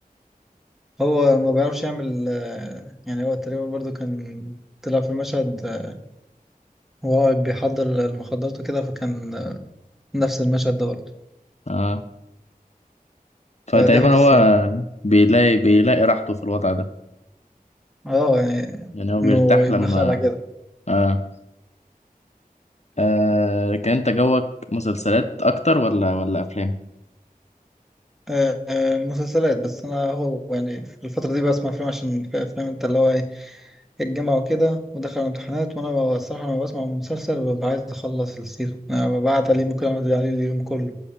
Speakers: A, in the centre; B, on the left.
A: هو ما بيعرفش يعمل آه، يعني هو تقريبا برضو كان طلع في مشهد آه، وهو بيحضر المخدرات وكده فكان آه، نفس المشهد ده برضو
B: اه فتقريبا
A: فضحك
B: هو
A: الصراحه
B: بيلاقي بيلاقي راحته في الوضع ده
A: اه يعني
B: يعني هو بيرتاح
A: انه يبقى
B: لما
A: خالع كده
B: اه, آه لكن انت جوك مسلسلات اكتر ولا ولا افلام
A: آه، آه، مسلسلات بس انا هو يعني في الفتره دي بسمع افلام عشان في افلام انت اللي هو إيه، الجامعة وكده ودخل على الامتحانات وأنا ب- الصراحة لما بسمع المسلسل ببقى عايز أخلص السيزون أنا ببعت عليه ممكن أقعد عليه اليوم كله